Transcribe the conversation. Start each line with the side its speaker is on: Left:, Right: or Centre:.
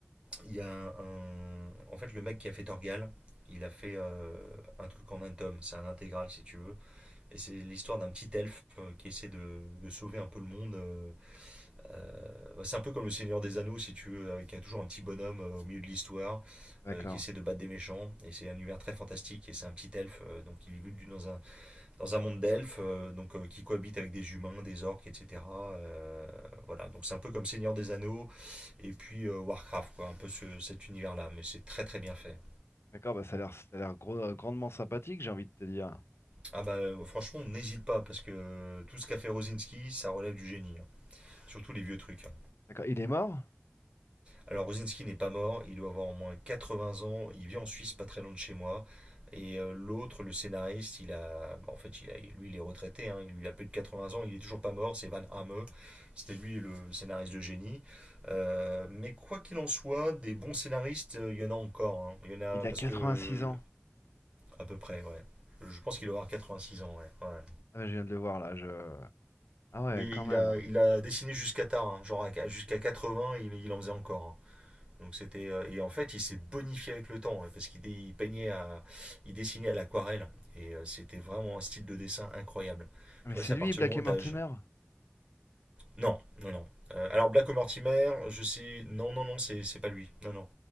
Right: il y a un. En fait, le mec qui a fait Torgal, il a fait euh, un truc en un tome. C'est un intégral, si tu veux. Et c'est l'histoire d'un petit elfe euh, qui essaie de, de sauver un peu le monde. euh, Euh, bah, c'est un peu comme le Seigneur des Anneaux, si tu veux, avec toujours un petit bonhomme euh, au milieu de l'histoire
Left: D'accord.
Right: euh, qui essaie de battre des méchants. Et c'est un univers très fantastique. Et c'est un petit elfe, euh, donc il vit dans un, dans un monde d'elfes, euh, donc euh, qui cohabite avec des humains, des orques, etc. voilà, donc c'est un peu comme Seigneur des Anneaux et puis euh, Warcraft, quoi, un peu ce, cet univers-là. Mais c'est très très bien fait.
Left: D'accord, bah ça a l'air ça a l'air gro- grandement sympathique, j'ai envie de te dire.
Right: Ah bah euh, franchement, n'hésite pas parce que euh, tout ce qu'a fait Rosinski, ça relève du génie. Hein. Surtout les vieux trucs. Hein.
Left: D'accord, il est mort?
Right: Alors Rosinski n'est pas mort, il doit avoir au moins 80 ans, il vit en Suisse pas très loin de chez moi. Et euh, l'autre, le scénariste, il a, bah, en fait, il a, lui, il est retraité, hein, il a plus de 80 ans, il est toujours pas mort, c'est Van Hamme, c'était lui le scénariste de génie. Euh, mais quoi qu'il en soit, des bons scénaristes, euh, il y en a encore, hein. il y en a,
Left: Il
Right: parce
Left: a 86
Right: que,
Left: ans.
Right: à peu près, ouais. Je pense qu'il doit avoir 86 ans, ouais. ouais.
Left: Ah, je viens de le voir là, je... Ah ouais,
Right: Mais
Left: quand
Right: il
Left: même.
Right: a, il a dessiné jusqu'à tard, hein, genre à- jusqu'à 80, il, il en faisait encore. hein. Donc c'était euh, et en fait il s'est bonifié avec le temps hein, parce qu'il il peignait à il dessinait à l'aquarelle et euh, c'était vraiment un style de dessin incroyable.
Left: Ah,
Right: Tu
Left: Mais
Right: vois,
Left: c'est
Right: c'est à
Left: lui,
Right: partir
Left: Black
Right: du moment
Left: et
Right: où
Left: Mortimer?
Right: t'as- Non, non, non. Euh, alors Black Mortimer, je sais. Non, non, non, c'est c'est pas lui. Non, non.